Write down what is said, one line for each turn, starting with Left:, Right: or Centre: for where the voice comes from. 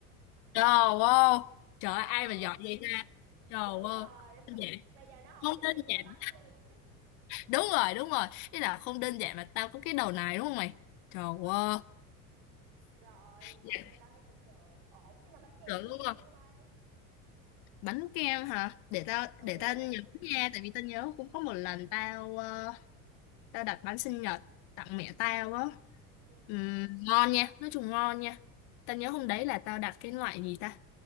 Left: Trời ơi,
Right: <laughs>
Left: trời ơi,
Right: ờ
Left: ai mà giỏi vậy ta? Trời
Right: dữ
Left: ơi,
Right: rồi <laughs>
Left: đơn giản,
Right: bây giờ nó không
Left: không
Right: chịu
Left: đơn
Right: đi cũng
Left: giản.
Right: phải bắt nó đi
Left: Đúng rồi, đúng rồi. Thế là không đơn giản mà tao có cái đầu này đúng không mày? Trời
Right: <laughs>
Left: ơi,
Right: rồi
Left: dạ,
Right: ok tao thấy cũng được ổn nhưng mà bánh kem
Left: tưởng
Right: là đứa
Left: đúng
Right: nào mua
Left: không?
Right: bay
Left: Bánh kem hả? Để tao
Right: ừ
Left: để tao nhớ nha, tại vì tao nhớ cũng có một lần tao ờ, tao đặt bánh sinh nhật tặng mẹ tao á.
Right: ừ
Left: Ừm, ngon nha, nói chung ngon nha.
Right: ừ
Left: Tao nhớ hôm đấy là tao đặt cái loại gì ta?